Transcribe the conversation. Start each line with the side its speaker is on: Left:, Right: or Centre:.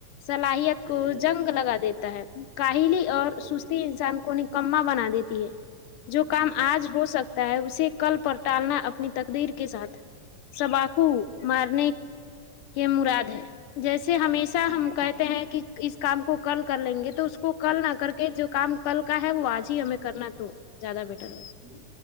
Left: صلاحیت
Right: ہ
Left: کو
Right: ہ
Left: جنگ لگا دیتا ہے کاہلی
Right: بالکل
Left: اور سستی
Right: بالکل
Left: انسان کو نکما بنا دیتا ت ہے جو کام
Right: جی
Left: آج ہو سکتا ہے اسے کل پر ٹالنا اپنی تقدر کے ساتھ چباخو مارنے کے مراد ہے جیسے سے ہمیشہ
Right: جی
Left: ہم کہتے ہیں کہ اس کام کو کل کر لیں گے تو اس کو کل نہ کر کے جو کام کل کا ہے وہ آج ہی ہمیں کرنا تو زیادہ بیٹر
Right: ج